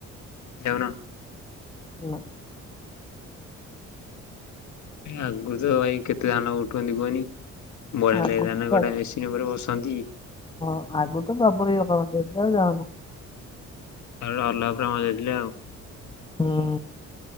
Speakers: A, on the left; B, on the left.
A: ଯାଉନ?
B: ନା
A: ଆଗ <unintelligible> <unintelligible> ଉଠୁନି କୁହନି। ବଢି଼ଆ
B: ଆଗକୁ
A: ଲାଗେ ଧାନ କଟା ମେସିନ୍ ଉପରେ ବସ୍ କା <unintelligible>
B: ହଁ ଆଗରୁ ତ <inaudible> ଇଏ କରନ୍ତି ଏବେ ଆଉ ଯାଆନୁ।
A: <unintelligible>
B: ହୁଁ